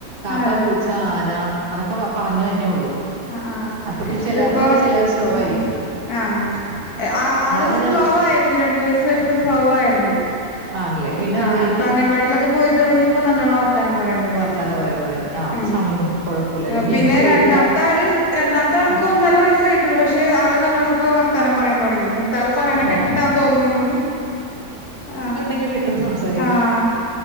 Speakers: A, on the right; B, on the left.
A: കാക്കാ
B: അതെ
A: പൂച ഞാന അതൊക്കെ വ പറഞ്ഞു വരണെ ഉള്ളൂ.
B: അഹ് ആഹ്
A: അപ്പൊ ചിലപ്പോ
B: ഇതിപ്പോ
A: ചിലർ സ്ലോ
B: ആഹ്
A: ആയിരിക്കും
B: ആഹ്. ഏഹ് ആഹ് ആള്
A: വാവ
B: സ്റ്റോ
A: ഇതൊക്കെ
B: ആയിരുന്നു രണ്ടു വയസ്സ് വരെക്കെ സ്ലോവായിരുന്നു.
A: ആണല്ലേ പിന്നെ
B: ആഹ്
A: അത് കഴിഞ്ഞ്
B: ഇപ്പൊ അംഗൻ വാടിലൊക്കെ പോയി തൊടങ്ങിയപ്പോ നല്ലോണം വർത്താനം പറയാൻ തൊടങ്ങി
A: വർത്താനം പറയാൻ തുടങ്ങി ആ അപ്പൊ
B: ഉം
A: സമയമുണ്ട് കുഴപ്പമില്ല
B: ആഹ്
A: അല്ലെങ്കിൽ
B: പിന്നെ
A: എനിക്ക് പേടിയാ
B: രണ്ടാമത്താള് രണ്ടാമത്തെ ആൾക്ക്
A: ആ
B: ഒന്നര വയസ്സായിട്ടുള്ളു പക്ഷെ ആള് നല്ലോണം പ്പോ വർത്താനം പറയാൻ തൊടങ്ങി മൂ ത്താള് പറയ്ണെ
A: ആണ്
B: കെട്ടിട്ടാന്ന് തോന്നുണു ആഹ്
A: ഇഞ്ഞ് വീട്ട്ന്ന് സംസാ
B: ആഹ്